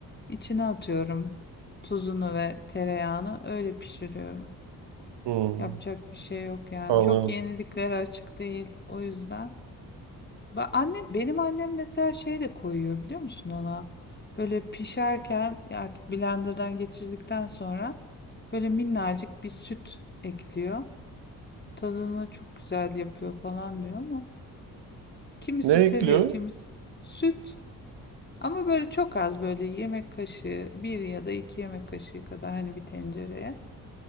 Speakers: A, on the left; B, on the right.
A: içine atıyorum. Tuzunu ve tereyağını öyle pişiriyorum.
B: Hmm,
A: Yapacak bir şey yok yani.
B: anladım.
A: Çok yeniliklere açık değil o yüzden. Ba- annem, benim annem mesela şey de koyuyor biliyor musun ona? Böyle pişerken ya artık blenderdan geçirdikten sonra böyle minnacık bir süt ekliyor. Tadını çok güzel yapıyor falan diyor ama kimisi
B: Ne ekliyor?
A: seviyor, kimisi Süt Ama böyle çok az böyle yemek kaşığı bir ya da iki yemek kaşığı kadar hani bir tencereye.